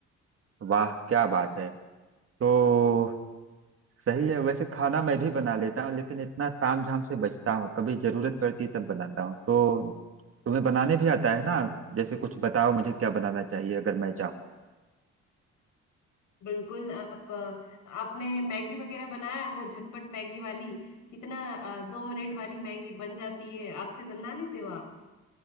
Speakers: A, on the right; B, on the left.
A: वाह क्या बात है तो सही है वैसे खाना मैं भी बना लेता हूँ लेकिन इतना ताम झाम से बचता हूँ कभी जरूरत पड़ती है तब बनाता हूँ तो तुम्हें बनाने भी आता है ना जैसे कुछ बताओ मुझे क्या बनाना चाहिए अगर मैं चाहूँ
B: बिल्कुल आप अ, आपने मैगी वगैरह बनाया है वो झटपट मैगी वाली कितना अ, दो मिनट वाली मैगी बन जाती है आपसे बना लेते हो आप